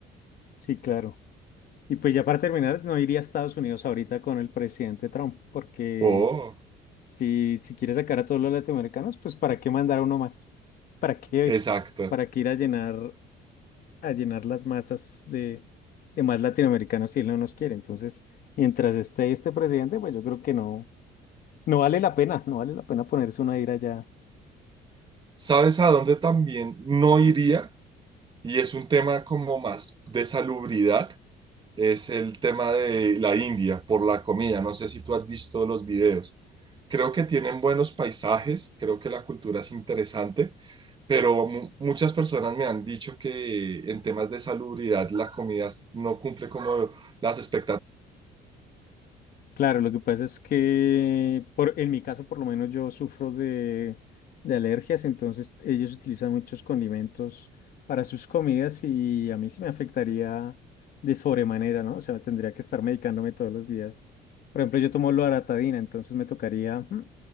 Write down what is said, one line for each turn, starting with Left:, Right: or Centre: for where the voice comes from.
Left: Sí, claro. Y pues ya para terminar, no iría a Estados Unidos ahorita con el presidente Trump, porque
Right: Oh,
Left: si, si quiere sacar a todos los latinoamericanos, pues ¿para qué mandar a uno más? ¿Para qué?
Right: exacto.
Left: ¿Para qué ir a llenar, a llenar las masas de, de más latinoamericanos si él no nos quiere? Entonces, mientras esté este presidente, pues yo creo que no, no vale
Right: S-
Left: la pena, no vale la pena ponerse una ira allá.
Right: ¿Sabes a dónde también no iría? Y es un tema como más de salubridad, es el tema de la India por la comida. No sé si tú has visto los videos. Creo que tienen buenos paisajes, creo que la cultura es interesante pero mu- muchas personas me han dicho que en temas de salubridad la comida no cumple como las expectativas.
Left: Claro, lo que pasa es que por, en mi caso por lo menos yo sufro de, de alergias, entonces ellos utilizan muchos condimentos para sus comidas y a mí se me afectaría de sobremanera, ¿no? O sea, tendría que estar medicándome todos los días. Por ejemplo, yo tomo loratadina, entonces me tocaría mm,